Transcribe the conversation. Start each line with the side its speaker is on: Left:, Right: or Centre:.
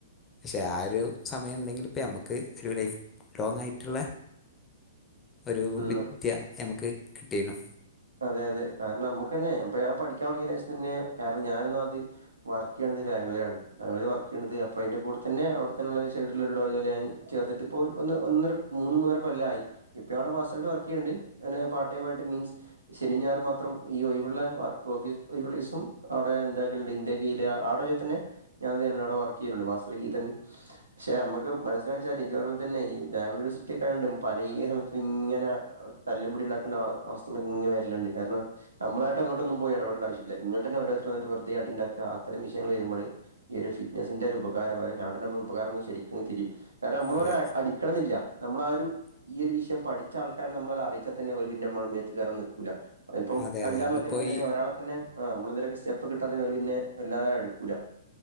Left: പഷേ ഒരു സമയ്ണ്ടെങ്കിപ്പഞമ്മക് ക്ക് ഒരു ലൈഫ് ലോങ് ആയിട്ള്ളെ ഒരു
Right: ഉം
Left: വിദ്യ ഞമക്ക് കിട്ടിനു
Right: അതെ അതെ കാരണ ഞമ്മക്കെന്നെ പ്പൊ ഞാ പഠിക്കാനൊട്ങ്ങിനേഷന്നെ കാരണം ഞാനൊന്ന അത്. വർക്കെയ്യണത് ബാംഗ്ലൂരണ്. അത് <unintelligible> വർക്ക് ചെയ്യണത് അപ്പൊ അതിന്റെ കൂടെത്തന്നെവിടെത്തന്നുള്ള <unintelligible> ഞാൻ ചേർന്നട്ട് ഇപ്പോൾ ഒന്ന് ഒന്നര മൂന്ന മൂന്നരക്ക കൊല്ലായി ഇപ്പൊവ്ടെ മാസ്റ്ററയിട്ട് വർക്കെ യ്യ്ന്നുണ്ട് ന്ന പാർട്ടൈമായ്ട്ട് മീൻസ്. ശനി ഞാർ മാത്രം ഈ ഒഴിവ്ള്ളെ വർക്ക് ഓഫീ ഒഴിവ്ള്ളവ്സം അവിടെ എന്താക്കല്ണ്ട് ന്റെ. <unintelligible> തന്നെ ഞാൻഅവിടെ വർക്ക് ചെയ്യണ്ട് മാസ്റ്റർ ഗീ തന്നെ ഷെ അമ്മക്ക് മനസ്സിയാച്ചാല് ഇയ്യ് പറയണ പോലെ തന്നെ ഈ ബാംഗ്ലൂരു സിറ്റിയെക്കെഴൊണ്ട് പലേ സമയത്ത് ഇങ്ങനെ. തല്ലും പിടിണ്ടാക്ക്ണ അവസ്ഥ ങ്ങന വരല്ണ്ട് കാര്ണൊ. നമ്മളായിട്ടങ്ങോട്ടൊന്നും പോയടപടണ്ട ആവശ്യല്ല ഇങ്ങട്ടെന്നെ ഓരോരുത്തർ വന്നട്ട് വെറ്തെ അടിണ്ടാക്ക അത്തരം വിഷയങ്ങള് വരുമ്പള്.. ഈ ഒരു ഫിറ്റ്നസ്സിന്റെ ഒരു ഉപകാരം <unintelligible> നമ്മൾ ഉപകാരം ശരിക്കും തിരിയും കാരണം നമ്മള്
Left: അതെ
Right: അടി കണില്ല നമ്മള ആ ഒരു ഈ ഒരു വിഷയം പഠിച്ച ആൾക്കാരെ നമ്മളര അറിയിച്ചാൽ തന്നെ ഒരു പിന്നെ നമ്മളെ മെത്ത്ക്ക് കേറാൻ നി കൂല ത്തും
Left: അതെ
Right: അഞ്ചാറിലക്കെ
Left: അതെ നമ്മളിപ്പോൾ
Right: തന്നെ
Left: ഈ
Right: ഒരാള പിന്നെ ആഹ് അമ്മള്എന്തൊല്ക്കെ സ്റ്റെപ്പെകിട്ടാത്തന്നെ അവര്പിന്നെ വല്ലാഅട്ക്കുല